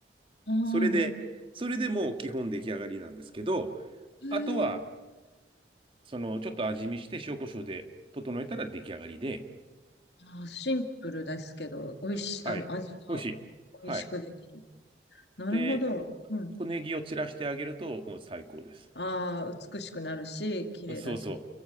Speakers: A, on the left; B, on the right.
A: う。ああ、
B: それで、
A: なるほ
B: それでもう基本出来上がりなんですけど、
A: どね。
B: あとは、その、ちょっと味見して塩コショウで整えたら出来上がりで、
A: あー、シンプルですけど、美味し、
B: はい。
A: あの、味が
B: 美味しい。はい。
A: 美味しくできる。なるほど。
B: で、
A: うん。
B: 小ネギを散らしてあげると、もう最高です。
A: ああ、美しくなるし、綺麗だし。
B: そうそう。